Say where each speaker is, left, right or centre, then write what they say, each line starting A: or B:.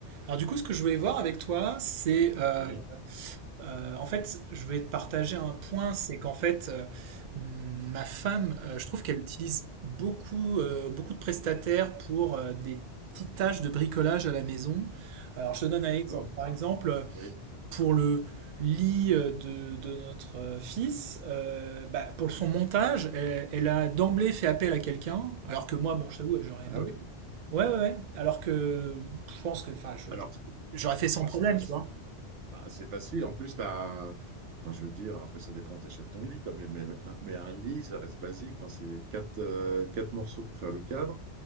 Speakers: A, on the right; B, on the right.
A: Alors du coup, ce que je voulais voir avec toi, c'est euh,
B: Oui,
A: euh, en fait, je vais te partager un point, c'est qu'en fait, euh, ma femme, euh, je trouve qu'elle utilise beaucoup, euh, beaucoup de prestataires pour euh, des petites tâches de bricolage à la maison. Alors je te donne
B: d'accord.
A: un exemple. Par exemple,
B: Oui.
A: pour le lit euh, de, de notre euh, fils, euh, bah, pour son montage, elle, elle a d'emblée fait appel à quelqu'un, alors que moi, bon, je t'avoue, j'aurais
B: Ah
A: aimé
B: oui.
A: Ouais, ouais, ouais. Alors que je pense que, enfin, je-
B: Alors,
A: je- j'aurais fait sans
B: bah,
A: problème,
B: c'est facile.
A: tu vois.
B: Bah, c'est facile. En plus, t'as... Enfin, je veux dire, après, ça dépend, t'achètes ton lit quand même. Mais, mais un, mais un lit, ça reste basique. Enfin, c'est quatre, euh, quatre morceaux pour faire le cadre.